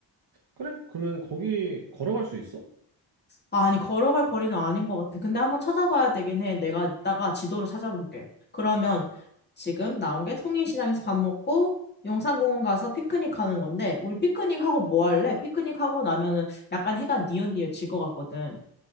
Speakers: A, on the right; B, on the left.
A: 그래? 그러면 거기 걸어갈 수 있어?
B: 아, 아니, 걸어갈 거리는 아닌 것 같아. 근데 한번 찾아봐야 되긴 해. 내가 이따가 지도를 찾아볼게. 그러면 지금 나온 게 통일시장에서 밥 먹고 용산공원 가서 피크닉 하는 건데, 우리 피크닉 하고 뭐 할래? 피크닉 하고 나면은 약간 해가 뉘엿뉘엿 질것 같거든.